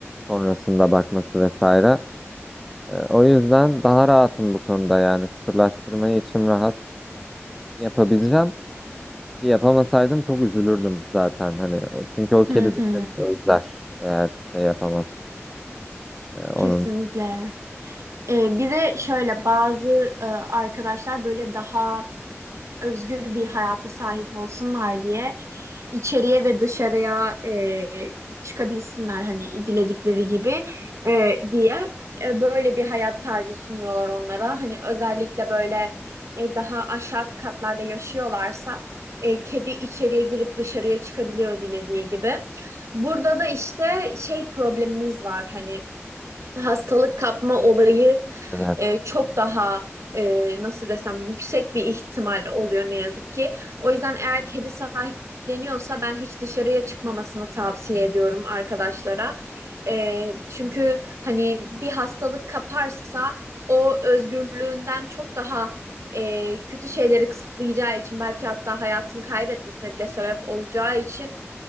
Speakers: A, in the centre; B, on the right (about 80°).
A: sonrasında bakması vesaire. Ee, o yüzden daha rahatım bu konuda yani kısırlaştırmayı içim rahat yapabileceğim. Yapamasaydım çok üzülürdüm zaten hani o çünkü o kedi
B: Hı hı.
A: dışarıyı özler eğer şey yapamazsam Ee, onun
B: Kesinlikle. Ee, bir de şöyle bazı e, arkadaşlar böyle daha özgür bir hayata sahip olsunlar diye içeriye ve dışarıya e, çıkabilsinler hani diledikleri gibi e, diye e, böyle bir hayat tarzı sunuyorlar onlara. Hani özellikle böyle e, daha aşağı katlarda yaşıyorlarsa e, kedi içeriye girip dışarıya çıkabiliyor dilediği gibi. Burada da işte şey problemimiz var hani hastalık kapma olayı
A: evet
B: e, çok daha e, nasıl desem yüksek bir ihtimal oluyor ne yazık ki. O yüzden eğer kedi sahipleniyorsa ben hiç dışarıya çıkmamasını tavsiye ediyorum arkadaşlara. E, çünkü hani bir hastalık kaparsa o özgürlüğünden çok daha e, kötü şeyleri kısıtlayacağı için belki hatta hayatını kaybetmesine bile sebep olacağı için